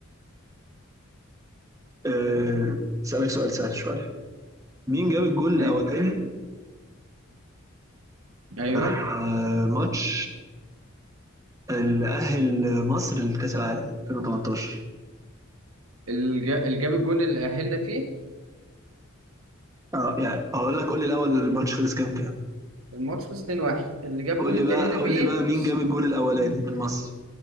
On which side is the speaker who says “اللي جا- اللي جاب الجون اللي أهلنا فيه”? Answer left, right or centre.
Right